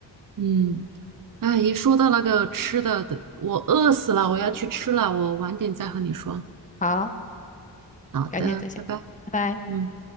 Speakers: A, on the right; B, on the left.
A: 嗯，哎，一说到那个吃的，的，我饿死了，我要去吃了，我晚点再和你说。
B: 好，
A: 好的，
B: 改天再讲，
A: 拜拜。
B: 拜拜。
A: 嗯。